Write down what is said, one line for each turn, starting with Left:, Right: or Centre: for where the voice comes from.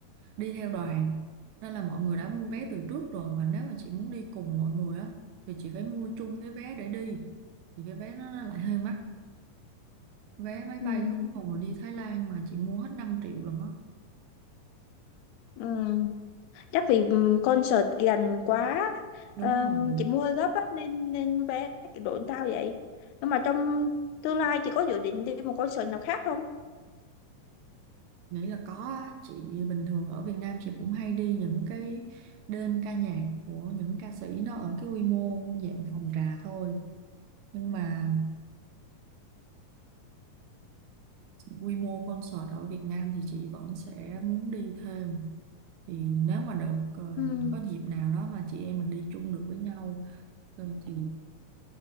Right: đi theo đoàn nên là mọi người đã mua vé từ trước rồi và nếu mà chị muốn đi cùng mọi người á thì chị phải mua chung cái vé để đi thì cái vé nó nó lại hơi mắc vé máy bay
Left: Ừm,
Right: khứ hồi đi Thái Lan mà chị mua hết năm triệu lần á
Left: Ừm, Chắc vì ừm, concert gần quá,
Right: đúng
Left: Ờm,
Right: rồi
Left: chị mua hơi gấp á, nên nên vé đội tao vậy. Nhưng mà trong tương lai chị có dự định đi một concert nào khác không?
Right: nghĩ là có á chị bình thường ở Việt Nam chị cũng hay đi những cái đêm ca nhạc của những ca sĩ nó ở cái quy mô dạng phòng trà thôi nhưng mà quy mô concert ở Việt Nam thì chị vẫn sẽ muốn đi thêm thì nếu mà được ờ,
Left: ừm.
Right: có dịp nào đó mà chị em mình đi chung được với nhau ờ, thì